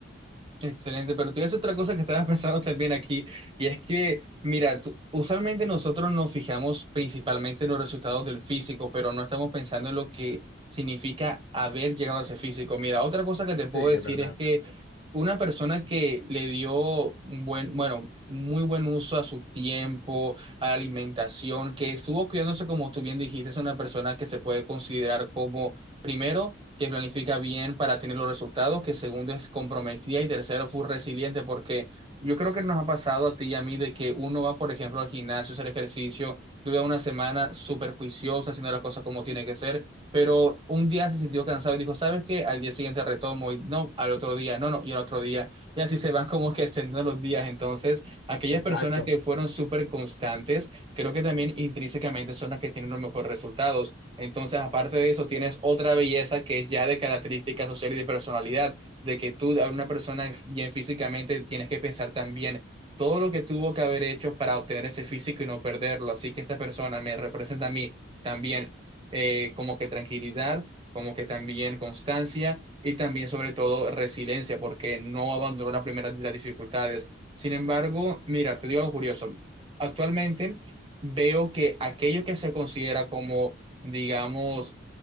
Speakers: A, on the right; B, on the left.
A: Excelente, pero tú ves otra cosa que estabas <laughs> pensando también aquí, y es que, mira, tú- usualmente nosotros nos fijamos principalmente en los resultados del físico, pero no estamos pensando en lo que significa haber llegado a ese físico. Mira, otra cosa que te puedo
B: Sí, es
A: decir
B: verdad.
A: es que una persona que le dio un buen, bueno, muy buen uso a su tiempo, a la alimentación, que estuvo cuidándose como tú bien dijiste, es una persona que se puede considerar como, primero, que planifica bien para tener los resultados, que segundo es comprometida y tercero fue resiliente, porque yo creo que nos ha pasado a ti y a mí de que uno va, por ejemplo, al gimnasio a hacer ejercicio, tuve una semana súper juiciosa haciendo las cosas como tiene que ser, pero un día se sintió cansado y dijo, ¿sabes qué? Al día siguiente retomo y no, al otro día, no, no, y al otro día. Y así se van como que extendiendo los días. Entonces, aquellas
B: Exacto.
A: personas que fueron súper constantes, creo que también intrínsecamente son las que tienen los mejores resultados. Entonces, aparte de eso, tienes otra belleza que es ya de característica social y de personalidad, de que tú, a una persona bien físicamente, tienes que pensar también todo lo que tuvo que haber hecho para obtener ese físico y no perderlo. Así que esta persona me representa a mí también eh, como que tranquilidad, como que también constancia y también sobre todo resiliencia, porque no abandonó la primera de las dificultades. Sin embargo, mira, te digo algo curioso. Actualmente veo que aquello que se considera como digamos,